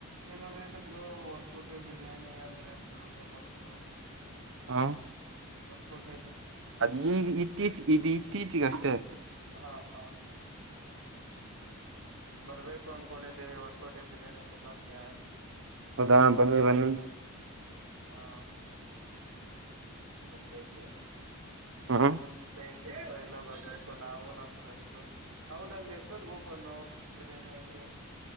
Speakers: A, on the right; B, on the right.
A: ಕೆಲವರು ಹೇಳಿದ್ರು ಹೊಸ ಕೋಟೆ ಬಿರಿಯಾನಿ ಅಂದ್ರೆ ಫುಲ್ಲ ಫೇಮಸ್
B: ಹ
A: ಹೊಸ್ಕಂಟ
B: ಅದ ಈ ಇತ್ತೀಚೆ ಇದು ಇತ್ತೀಚಗ ಅಷ್ಟೇ
A: ಹಾ ಹಾ ಬರ್ಬೇಕು ಅನ್ಕೊಂಡಿದ್ದೀವಿ ಹೊಸಕೋಟೆ ಬಿರ್ಯಾನಿ ತಿನ್ನೋಕ
B: ಹದ ಬನ್ನಿ ಬನ್ನಿ
A: ಹಾ ಬರ್ಬೇಕು
B: ಹಾ
A: ಹ ಸಿಪ ಎಲ್ಲ ಬರ್ಬೇಕು ನಾವು ನಮ್ ಫ್ರೆಂಡ್ಸು ಅವದ ಅಲ್ಲಿ ಎಷ್ಟೊದ್ ಗೋಪನು ಹಿರಾನಿ ಹಂಗೆ ಹ